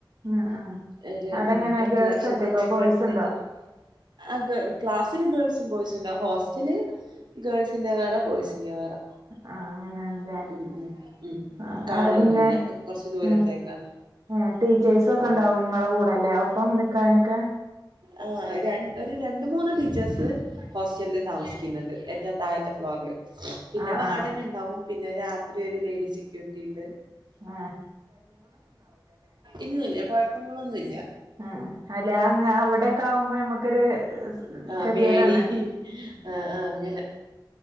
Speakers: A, on the right (about 50°); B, on the right (about 70°).
A: ആ ആ
B: ഒരു
A: അവിടെ
B: ഉം
A: എങ്ങനെ
B: എട്ട്
A: ഗേൾസ്
B: ലക്ഷത്തിന്റെ
A: ഒറ്റക്കോ
B: ഒക്കെ
A: ബോയ്സ്
B: അടുത്ത്
A: ഉണ്ടോ
B: ആഹ് ക്ലാസ്സില് ഗേൾസും ബോയ്സുംണ്ട ഹോസ്റ്റല് ഗേൾസിന്റെ വേറെ ബോയ്സിന്റെ വേറെ
A: ആഹ് അങ്ങനെയാണല്ലേ
B: ഉം ഉം ഉം
A: ആഹ്
B: കാണൊന്നുല്ല
A: അവിടെ പിന്നെ
B: കൊറച്ച് ദൂരത്തേക്കാണ്
A: ഉം ഏഹ് ടീച്ചേഴ്സ് ഒക്കെ
B: ഉം
A: ഉണ്ടാവും നിങ്ങളുടെ കൂടെല്ലേ ഒപ്പം നിക്കാനൊക്കെ
B: ആഹ് ര ഒരു രണ്ട് മൂന്ന് ടീച്ചേഴ്സ് ഹോസ്റ്റലിൽ താമസിക്കുന്നുണ്ട് ഏറ്റവും താഴത്തെ ഫ്ലോറില് പിന്നെ
A: ആ
B: വാർടൻ
A: ആ
B: ഉണ്ടാവും പിന്നെ രാത്രി ഒരു ലേഡീസ് സെക്യൂരിറ്റി ഉണ്ട്
A: ആഹ്
B: ഇല്ലല്ല കുഴപ്പങ്ങളൊന്നുംല്ല
A: ഉഉം അല്ലെ അങ് അവിടെൊക്കെ ആകുമ്പോ നമ്മുക്കൊരു
B: ആഹ്
A: ഗതിയേടാണല്ലോ
B: പേടി ആഹ് ആഹ് അങ്ങനെ